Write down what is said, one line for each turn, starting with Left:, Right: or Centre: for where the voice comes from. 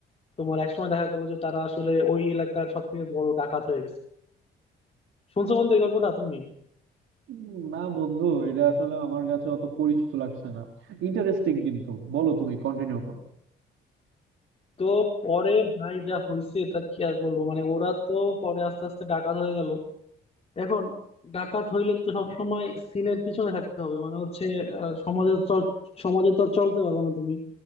Left: তোমার একসময় দেখা গেল যে তারা আসলে ওই এলাকার সব থেকে বড় ডাকাত হয়ে গেছে শুনছো বন্ধু এই গল্পটা তুমি
Right: উম, না বন্ধু এটা আসলে আমার কাছে অত পরিচিত লাগছে না ইন্টারেস্টিং কিন্তু বলো তুমি কন্টিনিউ করো
Left: তো পরে ভাই যা হইছে তা কি আর বলবো মানে ওরা তো পরে আস্তে আস্তে ডাকাত হয়ে গেল এখন ডাকাত হইলে তো সবসময় সিনের পিছনে থাকতে হবে মানে হচ্ছে আহ, সমাজে চ- সমাজে তো আর চলতে পারবে না তুমি